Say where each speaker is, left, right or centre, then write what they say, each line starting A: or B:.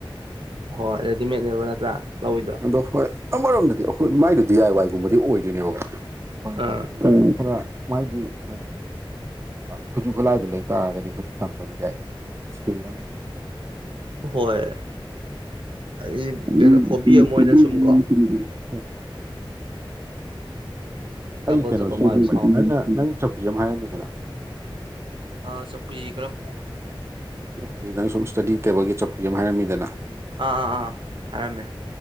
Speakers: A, on the right; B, on the right.
A: ꯍꯣꯏ ꯔꯦꯗꯤꯃꯦꯗꯅꯦꯕ ꯅꯠꯇ꯭ꯔꯥ ꯂꯧꯋꯤꯗꯣ
B: ꯎꯝ ꯑꯗꯣ ꯍꯣꯏ ꯑꯃꯔꯣꯝꯗꯗꯤ ꯑꯩꯈꯣꯏ ꯃꯥꯏꯗꯨ ꯗꯤ ꯑꯥꯏ ꯋꯥꯏꯒꯨꯝꯕꯗꯤ ꯑꯣꯏꯗꯣꯏꯅꯦꯕ
A: ꯑꯥ
B: ꯄꯣꯠ ꯈꯔ ꯃꯥꯒꯤ ꯍꯥꯏꯗꯤ ꯈꯨꯠꯁꯨ ꯈꯨꯠꯂꯥꯏꯗꯨ ꯂꯩ ꯇꯥꯔꯒꯗꯤ ꯑꯩꯁꯨ ꯇꯝꯕꯗꯤ ꯌꯥꯏ ꯏꯁꯀꯤꯜ ꯑꯝꯅꯤꯅ
A: ꯍꯣꯏ ꯑꯩ
B: ꯎ
A: ꯀꯩꯅꯣ ꯍꯣꯕꯤ ꯑꯃ ꯑꯣꯏꯅ ꯁꯨꯝꯀꯣ
B: <unintelligible>
A: ꯗꯕꯜ
B: ꯑꯩ ꯀꯩꯅꯣꯁꯤ
A: ꯆꯠꯄ ꯃꯥꯜꯂꯦ
B: ꯈꯪꯕꯅꯤ
A: ꯁꯥꯎꯟ
B: ꯅꯪꯅ ꯅꯪ ꯆꯧꯀꯤ ꯑꯃ ꯍꯥꯏꯔꯝꯃꯤꯗꯅ
A: ꯑꯥ ꯆꯧꯀ꯭ꯔꯤ ꯀꯔꯝꯕ
B: ꯍꯥꯏꯗꯤ ꯅꯪ ꯁꯨꯝ ꯏꯁꯇꯗꯤ ꯇꯦꯕꯜꯒꯤ ꯆꯧꯀ꯭ꯔꯤ ꯑꯃ ꯍꯥꯏꯔꯝꯃꯤꯗꯅ
A: ꯑꯥ ꯑꯥ ꯑꯥ ꯍꯥꯏꯔꯝꯃꯦ